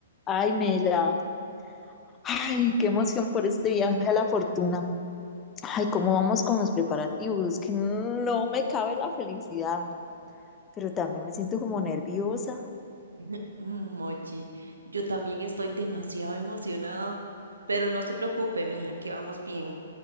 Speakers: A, on the left (about 20°); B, on the right (about 70°).
A: Ay, Mela, ay, qué emoción por este viaje a la fortuna. Ay, cómo vamos con los preparativos, Es que no me cabe la felicidad, pero también me siento como nerviosa.
B: <laughs> Mm, Mochi, yo también estoy demasiado emocionada, pero no se preocupe, mija, que vamos bien.